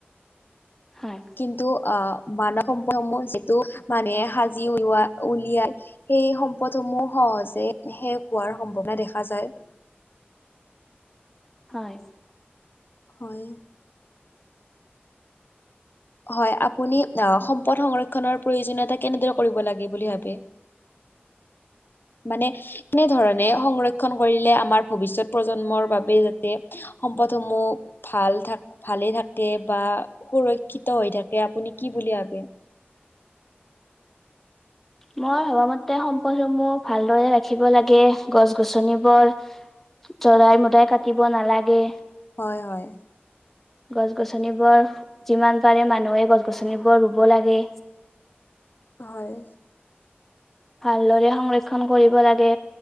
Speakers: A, in the centre; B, on the left (about 60°).
A: হয়
B: কিন্তু অ মানৱ সম্পদসমূহ যিটো মানুহে সাজি উলিওৱা উলিয়াই সেই সম্পদ সমূহ সহজে শেষ হোৱাৰ সম্ভাৱনা দেখা যায়।
A: হয়
B: হয় হয় আপুনি আ সম্পদ সংক্ষণৰ প্ৰয়োজনীয়তা কেনেদৰে কৰিব লাগে বুলি ভাবে মানে কেনেধৰণে সংৰক্ষন কৰিলে আমাৰ ভৱিষ্যত প্ৰজন্মৰ বাবে যাতে সম্পদ সমূহ ভাল থা ভালে থাকে বা সুৰক্ষিত হৈ থাকে আপুনি কি বুলি ভাবে
A: মই ভবা মতে সম্পদসমূহ ভালদৰে ৰাখিব লাগে গছ-গছনিবোৰ। জদাই মদাই কাটিব নালাগে।
B: হয়, হয়
A: গছ-গছনিবোৰ যিমান পাৰে মানুহে গছ গছনিবোৰ ৰুব লাগে।
B: হয়,
A: ভালদৰে সংৰক্ষন কৰিব লাগে।